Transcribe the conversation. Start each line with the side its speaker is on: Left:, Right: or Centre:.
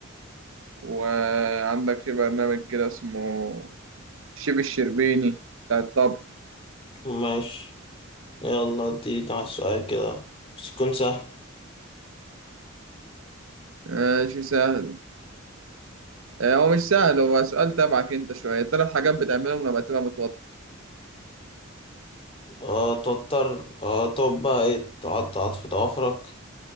Right: وعندك في برنامج كده اسمه الشيف الشربيني بتاع الطبخ
Left: ماشي يلا ادينا على السؤال كده بس يكون سهل
Right: ماشي سهل آه، هو مش سهل هو سؤال تبعك أنت شوية ثلاث حاجات بتعملهم لما تبقى متوتر
Left: أه توتر أه تقعد بقى ايه تقعد تقعد في ضوافرك